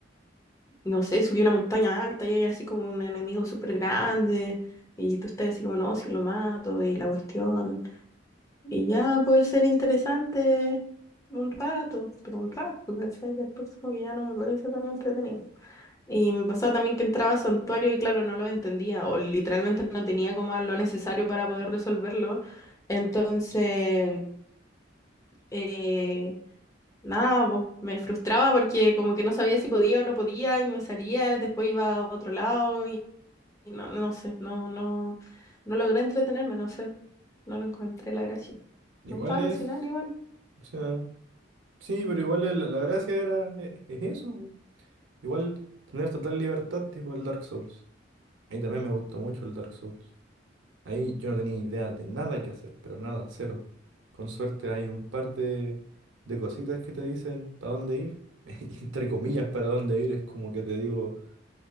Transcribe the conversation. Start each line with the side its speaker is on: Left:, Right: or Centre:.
Left: no sé, subió una montaña alta y hay así como un enemigo súper grande y tú estás así como, no, si lo mato y la cuestión. Y ya puede ser interesante un rato, pero un rato, ¿cachai? Después como que ya no me parece tan entretenido. Y me pasaba también que entraba a santuario y claro, no lo entendía o literalmente no tenía como lo necesario para poder resolverlo. Entonces... eh, Nada, po, me frustraba porque como que no sabía si podía o no podía y me salía y después iba a otro lado y, y no, no, no sé, no, no, no logré entretenerme, no sé, no lo encontré la gracia.
Right: Igual
Left: Me gustaba
Right: es,
Left: cocinar igual,
Right: o sea, sí, pero igual la, la gracia era, eh, es, eso, po. Igual tener total libertad tipo el Dark Souls. Ahí también me gustó mucho el Dark Souls. Ahí yo no tenía idea de nada que hacer, pero nada, cero. Con suerte hay un par de, de cositas que te dicen para dónde ir. <laughs> Entre comillas, para dónde ir es como que te digo,